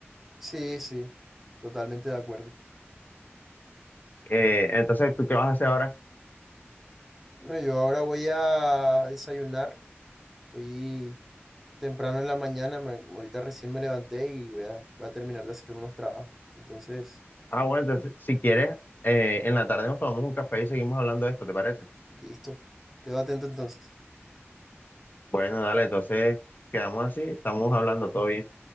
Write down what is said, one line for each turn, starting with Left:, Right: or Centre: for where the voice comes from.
Centre: Sí, sí, totalmente de acuerdo.
Left: Eh, entonces, ¿tú qué vas a hacer ahora?
Centre: Bueno, yo ahora voy a desayunar. Estoy temprano en la mañana, me- ahorita recién me levanté y voy a, voy a terminar de hacer unos trabajos. Entonces,
Left: Ah, bueno, entonces, si quieres, eh, en la tarde nos tomamos un café y seguimos hablando de esto, ¿te parece?
Centre: listo. Quedo atento entonces.
Left: Bueno, dale, entonces quedamos así, estamos hablando todo bien.